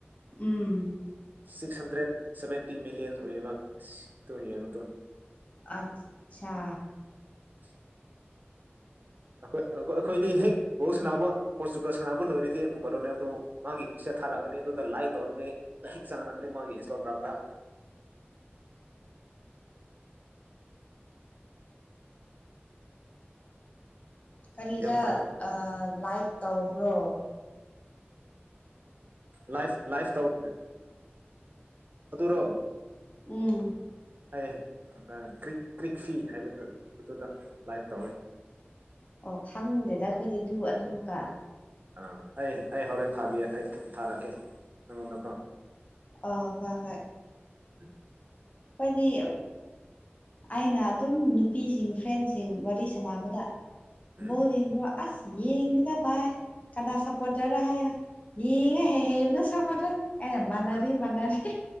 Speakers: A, on the left; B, on the right.
A: um
B: six hundred seventy millions ꯑꯣꯏꯌꯦꯕ ꯑꯁꯇꯣ ꯌꯦꯡꯉꯣꯗꯣ
A: ꯑꯠꯆꯥ
B: <unintelligible> ꯑꯩꯈꯣꯏꯣꯏ ꯑꯩꯈꯣꯏꯗꯤ ꯍꯦꯛ ꯕꯣ ꯁꯥꯟꯅꯕ ꯄꯣꯔꯆꯨꯒꯜ ꯁꯥꯟꯅꯕ ꯂꯣꯏꯔꯗꯤ ꯑꯃꯨꯛ ꯀꯩꯅꯣꯅꯦ ꯑꯗꯣ ꯃꯥꯒꯤ ꯄꯤꯛꯆꯔ ꯊꯥꯔꯛꯀꯅꯤ ꯑꯗꯨꯗ ꯂꯥꯏ ꯀ ꯍ ꯆꯥꯡꯅꯈ꯭ꯔꯦ ꯃꯥꯒꯤ ꯏꯟꯁꯇꯥꯒ꯭ꯔꯥꯝꯗ
A: ꯀꯔꯤꯗ
B: ꯌꯥꯝ ꯐ
A: ꯂꯥꯏꯛ ꯇꯧꯕ꯭ꯔꯣ
B: ꯂꯥꯏꯐ ꯂꯥꯏꯐ ꯇꯧ ꯑꯗꯨꯔꯣ
A: ꯎꯝ
B: ꯑꯩ ꯀꯔꯤ ꯀ꯭ꯔꯤꯛ ꯐꯤ ꯍꯥꯏꯕꯗꯨ ꯑꯗꯨꯗ ꯂꯥꯏꯚ ꯇꯧꯋꯤ
A: ꯑꯣ ꯈꯪꯗꯦꯗ ꯑꯩꯈꯣꯏꯗꯤ ꯑꯗꯨ ꯑꯗꯨꯒ
B: ꯑꯥ ꯑꯩ ꯑꯩ ꯍꯣꯔꯦꯟ ꯊꯥꯕꯤ ꯑꯩ ꯊꯥꯔꯛꯀꯦ ꯅꯪꯉꯣꯟꯗꯀꯣ
A: ꯑ ꯍꯣꯏ ꯍꯣꯏ
B: ꯎ
A: ꯑꯩꯈꯣꯏꯗꯤ ꯑꯩꯅ ꯑꯗꯨꯝ ꯅꯨꯄꯤꯁꯤꯡ ꯐ꯭ꯔꯦꯟꯁꯤꯡ ꯁꯤꯡ ꯋꯥꯔꯤ ꯁꯥꯟꯅꯕꯗ
B: ꯎꯝ
A: ꯕꯧ ꯌꯦꯡꯕ꯭ꯔꯣ ꯑꯁ ꯌꯦꯡꯁꯤꯗ ꯚꯥꯏ ꯀꯅꯥ ꯁꯞꯄꯣꯔ ꯇꯧꯔꯦ ꯍꯥꯏꯔꯒ ꯌꯦꯡꯉ ꯍ ꯍꯅ ꯁꯞꯄꯣꯔꯠꯇꯧꯔꯦ ꯑꯦꯅꯦ ꯃꯅꯔꯤ
B: ꯑꯥ
A: ꯃꯅꯥꯔꯤ